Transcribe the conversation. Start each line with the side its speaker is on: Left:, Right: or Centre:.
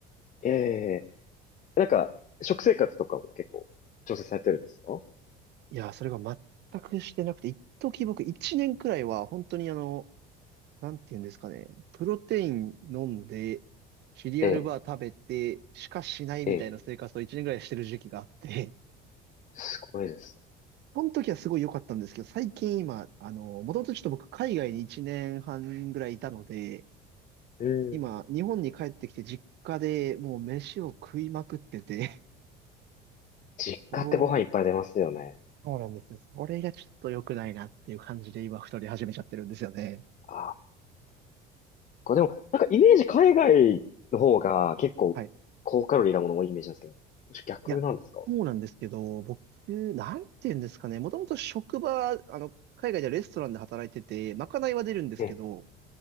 Left: ええなんか、食生活とかも結構調整されてるんですか
Right: いやー、それが全くしてなくて、一時僕1年くらいは本当にあの、なんて言うんですかね。プロテイン飲んで、シリアルバー食べて、
Left: ええ、
Right: しかしないみたいな生活を1年くらいしてる時期があって、
Left: ええ、
Right: <laughs>
Left: すごいです。
Right: その時はすごい良かったんですけど、最近今、あの、もともとちょっと僕海外に1年半ぐらいいたので、
Left: うん。
Right: 今、日本に帰ってきて実家でもう飯を食いまくってて、
Left: 実家ってご飯いっぱい出ますよね。
Right: <laughs> それ、そうなんですよ。それがちょっと良くないなっていう感じで今太り始めちゃってるんですよね。
Left: あ、これでも、なんかイメージ海外の方が結構高カロリーなもの多いイメージなんですけど、
Right: はい。
Left: もし逆なんですか
Right: いや、そうなんですけど、僕、なんて言うんですかね。もともと職場、あの、海外ではレストランで働いてて、まかないは出るんですけど、
Left: ええ、